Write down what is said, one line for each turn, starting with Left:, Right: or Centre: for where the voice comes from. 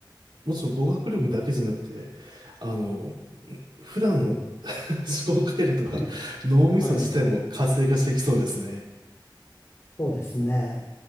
Right: もちろん語学力だけじゃなくて、
Left: うん、
Right: あの、普段の
Left: うん。
Right: <laughs> 思考回路とか脳みそ自体も活性化していきそうですね。
Left: ええ、はい、そうですね。